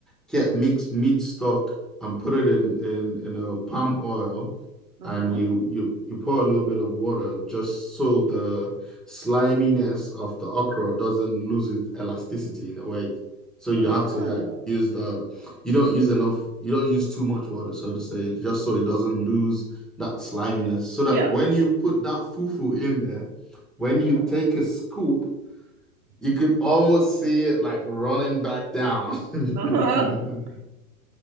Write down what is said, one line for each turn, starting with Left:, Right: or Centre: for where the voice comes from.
Centre: get mixed meat stock and put it in in in a palm oil
Right: Uh-huh.
Centre: and you you you pour a little bit of water just so the sliminess of the okra doesn't lose its elasticity in a way. So you
Right: Ah.
Centre: have to like use the you don't use enough you don't use too much water so to say just so it doesn't lose that sliminess so that
Right: Yeah.
Centre: when you put that fufu in there when
Right: Uh-huh.
Centre: you take a scoop you could almost see it like running back down. <laughs> and
Right: Uh-huh. <laughs>